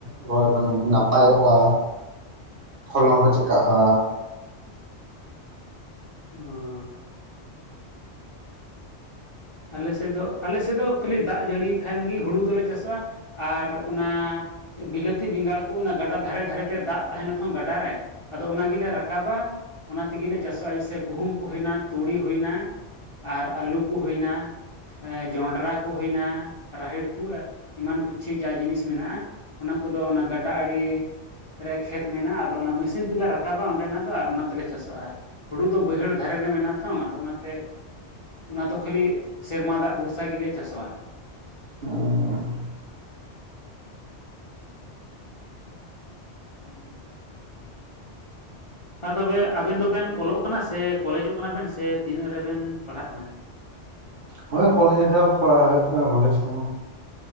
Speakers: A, on the right (about 55°); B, on the left (about 35°).
A: ᱨᱚᱦᱚᱭ ᱱᱟᱯᱟᱭᱚᱜᱼᱟ ᱯᱷᱚᱞᱚᱱ ᱠᱚ ᱪᱤᱠᱟᱜᱼᱟ
B: ᱩᱸ ᱟᱞᱮ ᱥᱮᱫ ᱫᱚ ᱟᱞᱮ ᱥᱮᱫ ᱫᱚ ᱠᱷᱟᱹᱞᱤ ᱫᱟᱜ ᱡᱟᱹᱲᱤ ᱠᱷᱟᱱ ᱜᱤ ᱦᱩᱲᱩ ᱫᱚᱞᱮ ᱪᱟᱥᱚᱜᱼᱟ ᱟᱨ ᱚᱱᱟ ᱵᱤᱞᱟᱹᱛᱤ ᱵᱮᱸᱜᱟᱲ ᱠᱚ ᱚᱱᱟ ᱜᱟᱰᱟ ᱫᱷᱟᱨᱮ ᱫᱷᱟᱨᱮ ᱛᱮ ᱫᱟᱜ ᱛᱟᱦᱮᱱᱟ ᱛᱚ ᱜᱟᱰᱟ ᱨᱮ ᱟᱫᱚ ᱚᱱᱟ ᱜᱤᱞᱮ ᱨᱟᱠᱟᱵᱟ ᱚᱱᱟ ᱛᱤᱜᱤᱞᱮ ᱪᱟᱥᱚᱜᱼᱟ ᱡᱮᱥᱮ ᱜᱩᱦᱩᱢ ᱠᱚ ᱦᱩᱭᱱᱟ ᱛᱩᱲᱤ ᱦᱩᱭᱱᱟ ᱟᱨ ᱟᱹᱞᱩ ᱠᱚ ᱦᱩᱭᱱᱟ ᱡᱚᱱᱰᱨᱟ ᱠᱩ ᱦᱩᱭᱱᱟ, ᱨᱟᱦᱮᱲ ᱠᱩ ᱮᱢᱟᱱ ᱩᱪᱪᱷᱮᱡᱟ ᱡᱤᱱᱤᱥ ᱢᱮᱱᱟᱜᱼᱟ ᱚᱱᱟ ᱠᱚᱫᱚ ᱚᱱᱟ ᱜᱟᱰᱟ ᱟᱲᱤ ᱨᱮ ᱠᱷᱮᱛ ᱢᱮᱱᱟᱜᱼᱟ ᱟᱫᱚ ᱚᱱᱟ ᱢᱤᱥᱤᱱ ᱛᱮᱞᱮ ᱨᱟᱠᱟᱵᱟ ᱚᱸᱰᱮᱱᱟᱜ ᱫᱚ ᱟᱨ ᱚᱱᱟ ᱛᱮᱞᱮ ᱪᱟᱥᱚᱜᱼᱟ ᱟᱨ ᱦᱩᱲᱩ ᱫᱚ ᱵᱟᱹᱭᱦᱟᱹᱲ ᱫᱷᱟᱨᱮ ᱨᱮ ᱢᱮᱱᱟᱜᱼᱟ ᱛᱚ ᱟᱫᱚ ᱚᱱᱟᱛᱮ ᱚᱱᱟ ᱫᱚ ᱠᱷᱟᱹᱞᱤ ᱥᱮᱨᱢᱟ ᱫᱟᱜ ᱵᱷᱚᱨᱥᱟ ᱜᱮᱞᱮ ᱪᱟᱥᱚᱜᱼᱟ
A: ᱚᱻ
B: <unintelligible> ᱛᱚᱵᱮ ᱟᱵᱮᱱ ᱫᱚᱵᱮᱱ ᱚᱞᱚᱜ ᱠᱟᱱᱟ ᱥᱮ ᱠᱚᱞᱮᱡᱚᱜ ᱠᱟᱱᱟ ᱵᱮᱱ ᱥᱮ ᱛᱤᱱᱟᱹᱜ ᱨᱮᱵᱮᱱ ᱯᱟᱲᱦᱟᱜ ᱠᱟᱱᱟ?
A: ᱦᱳᱭ ᱠᱚᱞᱮᱡ ᱦᱚ ᱠᱚᱲᱟᱣ ᱦᱳᱭᱳᱜ ᱠᱟᱱᱟ ᱠᱚᱞᱮᱡᱽ ᱠᱚᱦᱚᱸ